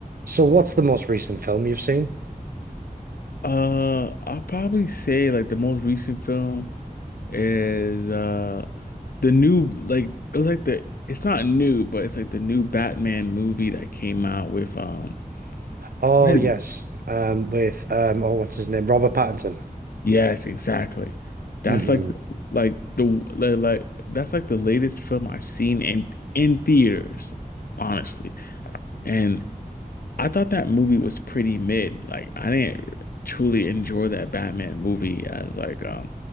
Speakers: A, on the right; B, on the left.
A: So what's the most recent film you've seen?
B: Uh, I'll probably say like the most recent film is uh the new like it was like the it's not new but it's like the new Batman movie that came out with um
A: Oh
B: what is
A: yes,
B: it?
A: um, with um, oh what's his name, Robert Pattinson.
B: Yes, exactly. That's
A: hmm
B: like the like the like, like that's like the latest film I've seen in in theaters, honestly. And I thought that movie was pretty mid. Like I didn't truly enjoy that Batman movie as like um